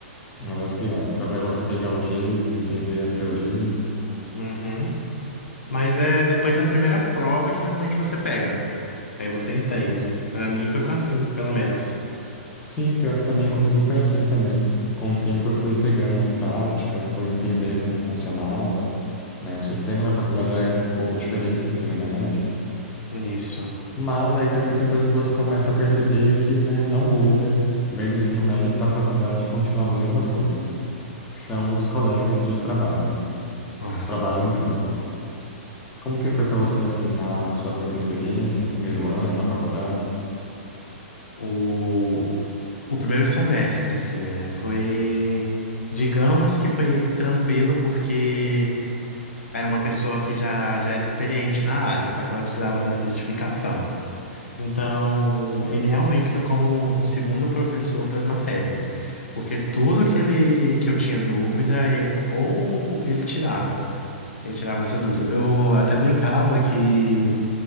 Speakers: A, on the left (about 20°); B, on the left (about 80°).
A: uma das piores. Até você pegar o jeito, entender as teorias.
B: Uhum. Mas é depois da primeira prova que realmente você pega. Que aí você entende. Pra mim foi com a cinco pelo menos.
A: Sim, pior que também comigo foi assim também. Com o tempo eu fui pegando prática, fui entendendo como funcionava, né? O sistema da faculdade é um pouco diferente do ensino médio.
B: Isso.
A: Mas aí também tem coisa que você começa a perceber que, né, não muda, vem do ensino médio para a faculdade e continua a mesma coisa, que são os colegas de trabalho,
B: Ah,
A: os trabalho em grupo. Como que foi para você
B: hum,
A: assim na sua primeira experiência, no primeiro
B: hum.
A: ano, na faculdade?
B: o... O primeiro semestre, assim, né? Foi. Digamos que foi tranquilo, porque. era uma pessoa que já, já era experiente na área, só que ela precisava da certificação. Então, ele realmente foi como um um segundo professor para as matérias, porque tudo que ele que eu tinha dúvida, e- ou ele tirava. Ele tirava essas dúvidas. Eu até brincava que